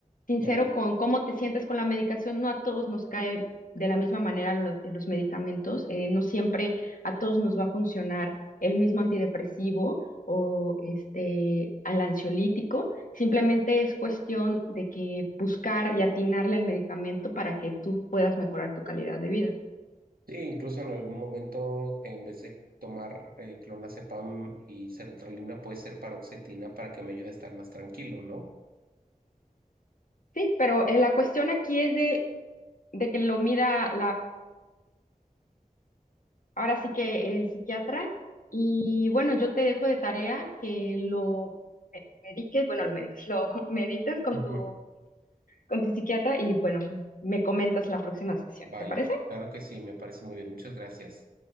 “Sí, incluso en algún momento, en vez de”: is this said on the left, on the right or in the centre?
Right